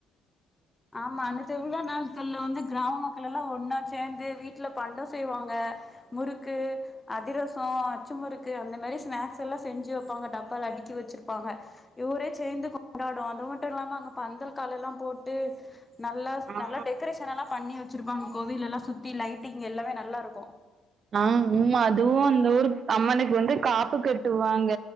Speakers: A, on the left; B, on the right.
A: ஆமா அந்த திரு விழா நாட்கள்ல வந்து கிராம மக்கள்லா ஒன்னா சேந்து வீட்ல பண்டொ செய்வாங்க முறுக்கு அதிரசொ அச்சு முறுக்கு அந்த மாரி ஸ்நாக்ஸ்ஸல்லா செஞ்சு வைப்பாங்க டப்பால அடுக்கி வச்சிருப்பாங்க ஊரே சேந்து கொண்டாடு அது மட்டு இல்லாம அங்க பந்தல் காலெல்லா போட்டு ட்டு நல்லா
B: ஆ
A: நல்லா டெக்கரேஷ் ன நல்லா பன்னி வச்சிருப்பாங்க கோவிலல்லா சுத்தி லைட்டிங் எல்லாமே நல்லா இருக்கூ
B: ஆ உ அதுவு அந்த ஊரு அம்மனுக்கு வந்து காப்பு கெட்டுவாங்க